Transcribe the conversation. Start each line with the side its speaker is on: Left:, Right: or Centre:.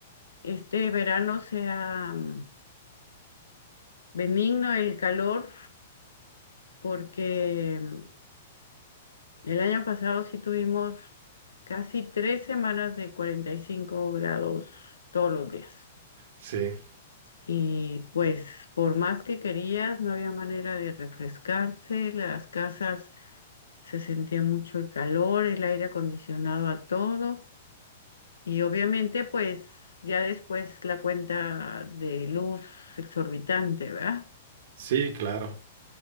Left: este verano sea mm, benigno el calor, porque mm, el año pasado sí tuvimos casi tres semanas de 45 grados todos los días.
Right: Sí,
Left: Y pues por más que querías, no había manera de refrescarse, las casas se sentía mucho el calor, el aire acondicionado a todo. Y obviamente, pues ya después la cuenta de luz exorbitante, ¿verdad?
Right: sí, claro.